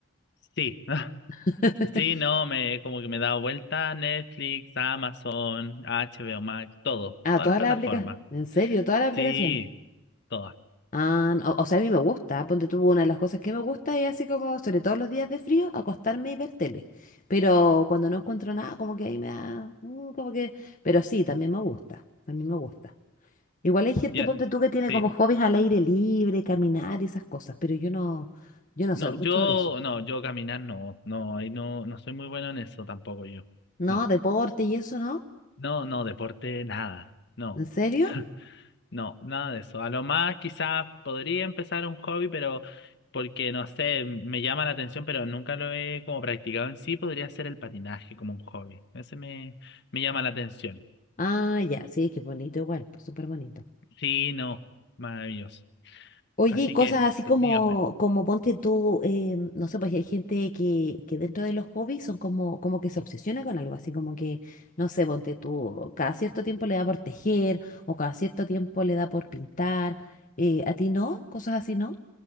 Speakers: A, on the left (about 50°); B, on the left (about 35°).
A: Sí. <laughs>
B: <laughs>
A: Sí, no, me como que me he dado vuelta a Netflix, Amazon H B O Max, todo,
B: Ah,
A: todas
B: todas
A: las plataformas.
B: las aplicaciones. ¿En serio? ¿Todas las aplicaciones?
A: Sí, todas.
B: Ah, no, o sea, a mí me gusta, ponte tú, una de las cosas que me gusta es así como, sobre todo los días de frío, acostarme y ver tele. Pero cuando no encuentro nada, como que ahí me da, mm, como que, pero sí, también me gusta, también me gusta. Igual hay gente,
A: Ya,
B: ponte tú, que tiene
A: sí.
B: como hobbies al aire libre, caminar y esas cosas, pero yo no, yo no
A: No,
B: soy mucho
A: yo
B: de eso.
A: no, yo caminar no, no, ahí no no soy muy bueno en eso tampoco yo.
B: No,
A: No.
B: deporte y eso, ¿no?
A: No, no, deporte nada. No.
B: ¿En serio?
A: <laughs> No, nada de eso. A lo más quizás podría empezar un hobby, pero porque no sé, me llama la atención, pero nunca lo he como practicado en sí, podría ser el patinaje como un hobby. Ese me me llama la atención.
B: Ah, ya, sí, que bonito igual, súper bonito.
A: Sí, no, maravilloso.
B: Oye,
A: Así
B: y cosas
A: que,
B: así
A: sí,
B: como,
A: dígame.
B: como ponte tú, eh, no sé, pues hay gente que, que dentro de los hobbies son como, como que se obsesiona con algo, así como que, no sé, ponte tú, cada cierto tiempo le da por tejer o cada cierto tiempo le da por pintar. Eh, ¿a ti no? ¿Cosas así no?